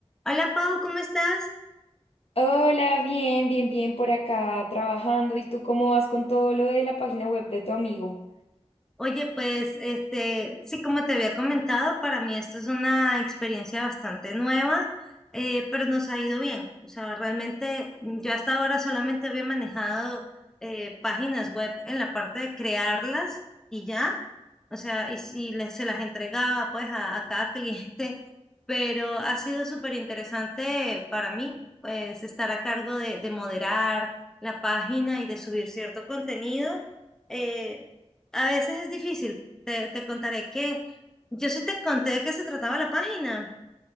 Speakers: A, in the centre; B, on the left.
A: Hola Pau, ¿cómo estás?
B: Hola, bien, bien, bien por acá trabajando. ¿Y tú cómo vas con todo lo de la página web de tu amigo?
A: Oye, pues este, sí, como te había comentado, para mí esto es una experiencia bastante nueva, eh, pero nos ha ido bien. O sea, realmente mm, yo hasta ahora solamente había manejado eh, páginas web en la parte de crearlas y ya, o sea, y si les, se las entregaba pues a, a cada <laughs> cliente, pero ha sido súper interesante para mí, pues estar a cargo de, de moderar la página y de subir cierto contenido. Eh, a veces es difícil, te, te contaré que yo sí te conté de qué se trataba la página.